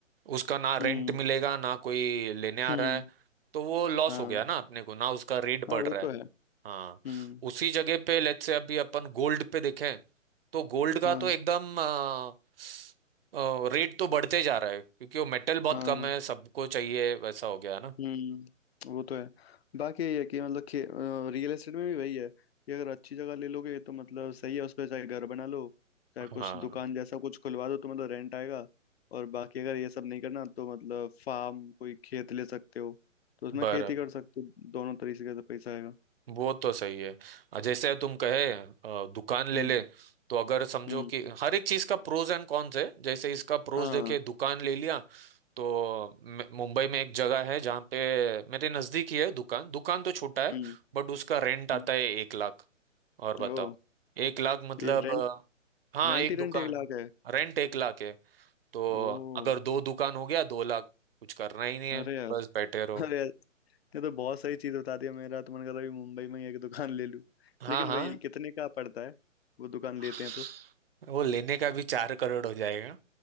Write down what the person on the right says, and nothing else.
उसका ना
रेंट मिलेगा ना कोई लेने आ
रहा है तो वो लॉस
हो गया ना अपने को ना उसका रेट बढ़
रहा
है
हाँ
उसी जगह पे लेट से अभी अपन गोल्ड पे देखें तो गोल्ड का
तो एकदम अ, अ, रेट तो बढ़ते जा रहा है क्योंकि वो मेटल बहुत
कम
है सबको चाहिए वैसा हो गया ना
हाँ
बर
वो तो सही है अ, जैसे तुम कहे अ, दुकान ले
ले तो अगर समझो
कि हर एक चीज का प्रोज एंड कॉन्स है जैसे इसका प्रोज
देखे दुकान ले लिया तो म- मुंबई में एक जगह है जहाँ पे मेरे नजदीक ही है दुकान दुकान तो छोटा है
बट उसका रेंट आता
है एक लाख और बताओ
एक लाख मतलब
अ, हाँ
एक
दुकान
रेंट एक लाख है तो
अगर दो दुकान हो गया दो लाख कुछ करना ही नहीं है
बस बैठे रहो
हाँ
हाँ
<sighs>
वो लेने का भी चार करोड़ हो जाएगा